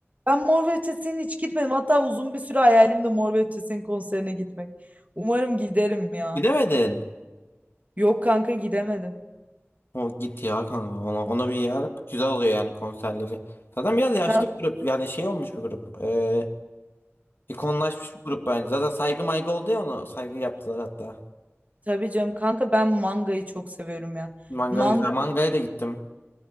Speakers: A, on the right; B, on the left.
A: Ben Mor ve Ötesi'ne hiç gitmedim. Hatta uzun bir süre hayalim de Mor ve Ötesi'nin konserine gitmek. Umarım giderim ya.
B: Gidemedin.
A: Yok kanka gidemedim.
B: O git ya kanka ona, ona bir yer güzel oluyor yani konserleri. Zaten biraz yaşlı
A: Kanka,
B: bir grup yani şey olmuş bir grup. Ee, ikonlaşmış bir grup bence. Zaten saygı maygı oldu ya onu saygı yaptılar hatta.
A: tabii canım kanka ben mangayı çok seviyorum ya.
B: Mangala
A: Manga
B: güzel. Mangaya da gittim.